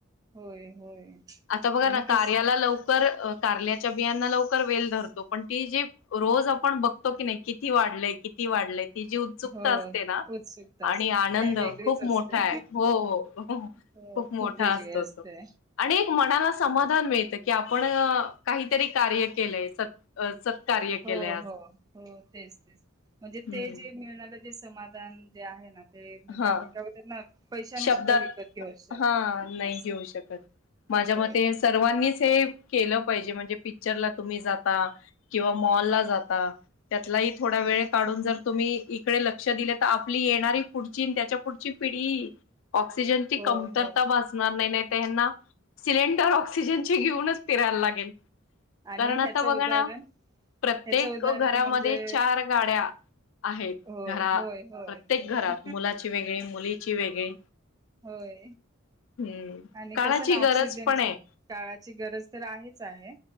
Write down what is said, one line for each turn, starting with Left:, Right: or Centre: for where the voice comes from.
Right: होय होय
Left: आता बघा
Right: आणि
Left: ना
Right: कस
Left: कार्याला लव कारल्याच्या बियाना लवकर वेल धरतो पण ती जे रोज आपण बघ हो की नाही किती वाढलंय किती वाढलंय ही जी उत्सुकता
Right: हो
Left: असते ना
Right: उत्सुकता असते
Left: आणि आनंद
Right: ती काय वेगळीच
Left: खूप
Right: असते
Left: मोठा आहे हो
Right: हो
Left: मोठा
Right: खूप वेगळे
Left: असतो
Right: असते
Left: तो आणि एक मनाला समाधान मिळतं की आपण काहीतरी कार्य केलंय असं स सत्कार्य
Right: हो
Left: केलंय
Right: हो हो तेच तेच म्हणजे ते
Left: हम्म
Right: जे मिळणार समाधान जे आहे ना ते म्हणजे
Left: हा
Right: आपण काय बोलतात ना पैशाने
Left: शब्दात
Right: सुद्धा विकत घेऊ शकत
Left: हा
Right: नाही असं
Left: घेऊ शकत. माझ्या
Right: होय
Left: मते सर्वांनीच हे केल पाहिजे म्हणजे पिक्चर तुम्ही जात किंवा मॉल जाता त्यातला ही थोडा वेळ काढून जर तुम्ही इकडे लक्ष दिले तर आपली येणारी पुढची त्याच्या पुढची पिढी ऑक्सिजनची
Right: होय
Left: कमतरता
Right: हो
Left: भासणार नाही नाही त्यांना सिलेंडर ऑक्सिजनचे घेऊनच फिरायला लागेल
Right: आणि
Left: करण
Right: ह्याचं
Left: आता बघा
Right: उदाहरण
Left: ना प्रत्येक
Right: ह्याचं उदाहरण
Left: घरामध्ये
Right: म्हणजे
Left: चार गाड्या आहेत
Right: होय
Left: घरा
Right: होय होय
Left: प्रत्येक
Right: होय
Left: घरात मुलाची वेगळी मुलीची वेगळी
Right: होय
Left: हम्म
Right: आणि
Left: काळाची
Right: कसं ना
Left: गरज
Right: ऑक्सिजनची
Left: पण आहे
Right: काळाची गरज तर आहेच आहे